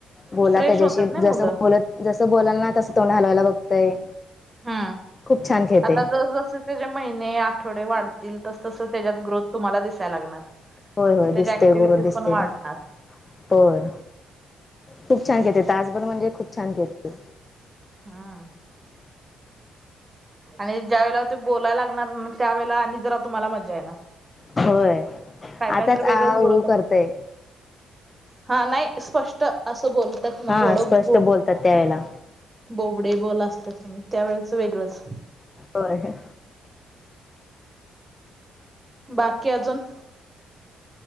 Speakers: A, on the left; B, on the right.
A: बोला
B: फ्रेश
A: त्याच्याशी
B: होतात ना
A: जस
B: मुलं
A: बोलत जसं बोलाल ना तसं तोंड हलवायला बघतंय.
B: हा
A: खूप छान खेळते
B: आता जस जस त्याचे महिने आठवडे, वाढतील तर तस तसं त्याच्यात ग्रोथ तुम्हाला दिसायला लागणार.
A: होय होय
B: त्याच्या
A: दिसतेय
B: ऍक्टिव्हिटीज
A: बरं दिसतेय.
B: पण वाढणार
A: होय खूप छान खेळतय तासभर म्हणजे खूप छान खेळतय.
B: हा. आणि ज्या वेळेला ते बोलायला लागणार त्यावेळेला आणि जरा तुम्हाला मज्जा येणार
A: व्हय
B: काय
A: आताच
B: काय तर
A: आ
B: वेगळंच बोलत
A: ऊ करतय?
B: हा नाही स्पष्ट असं बोलत्यात ना
A: हा
B: थोड
A: स्पष्ट
B: बोब
A: बोलतात त्यावेळेला
B: बोबडे बोल असत्यात तु त्यावेेळेचं वेगळंच.
A: व्हय व्हय.
B: बाकी अजून